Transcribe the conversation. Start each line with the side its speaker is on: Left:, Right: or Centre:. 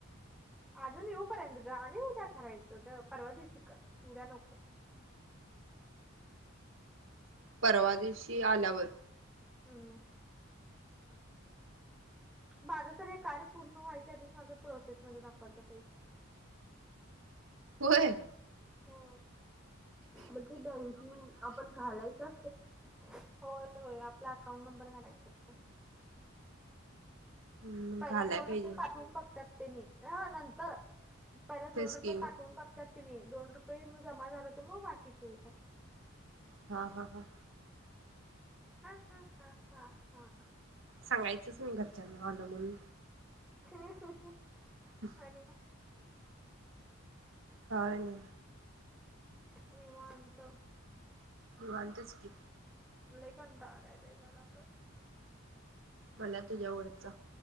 Centre: अजून येऊपर्यंत ग आणि उद्या करायचं परवा दिवशी कर उद्या नको.
Right: परवादेशी आल्यावर
Centre: हम. माझं तर हे कार्य पूर्ण व्हायच्या आधीच माझं प्रोसेसमध्येध्ये दाखवाल तर पैजे
Right: होय.
Centre: हो मग ते बँकिंग आपण घालायचं असत. होय होय आपला अकाउंट नंबर घाढायचा असते.
Right: हम्म
Centre: पहिल्या
Right: घालाय
Centre: दोन
Right: पाहिजे
Centre: रुपये पाठवून बघतात तेनी नंतर पहिल्या दोन
Right: तेच
Centre: रुपये
Right: की
Centre: पाठवून बघ. ात तिही दोन रुपये जमा झाल हो तर मग बाकीचचे.
Right: हा हा हा.
Centre: हा हा हा हा हा.
Right: सांगायचंच मी घरच्यांना आलोमून
Centre: ह् ह.
Right: ह.
Centre: ला.
Right: काय नाही.
Centre: विवनत
Right: वतच की
Centre: ला घंटा आलाय ब मला तर
Right: मला तुझ्या ओळचा